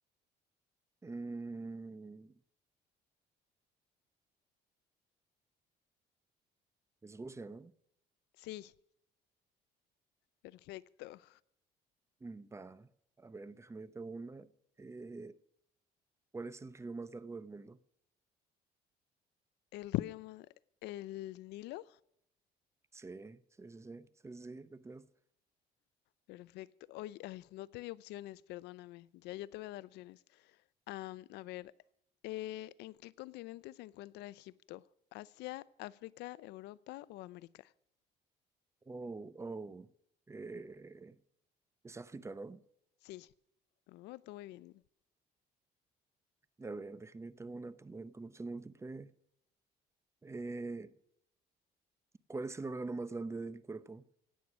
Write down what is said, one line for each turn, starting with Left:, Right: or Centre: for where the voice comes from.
Right: Mm, es Rusia, ¿no?
Left: Sí, perfecto.
Right: Mm, Va. A ver, déjame yo te hago una. Eh, ¿cuál es el río más largo del mundo?
Left: ¿El río, ma- el Nilo?
Right: Sí, sí, sí, sí. Sí, sí, sí, lo creas.
Left: Perfecto. Oye, ay, no te di opciones, perdóname. Ya, ya te voy a dar opciones. Am, a ver, eh, ¿en qué continente se encuentra Egipto? ¿Asia, África, Europa o América?
Right: Oh, oh. Eh, es África, ¿no?
Left: Sí. Oh, todo muy bien.
Right: A ver, déjame yo te hago una también con opción múltiple. Eh, ¿cuál es el órgano más grande del cuerpo?